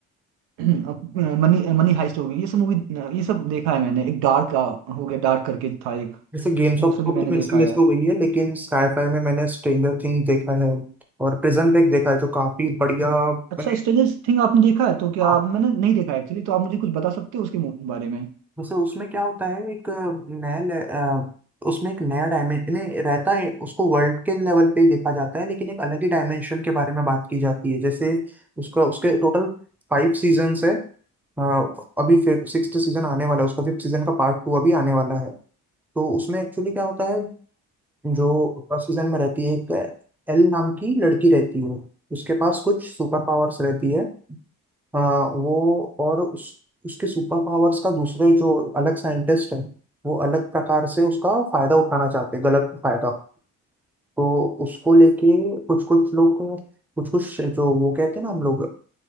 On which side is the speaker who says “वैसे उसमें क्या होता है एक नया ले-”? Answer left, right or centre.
Centre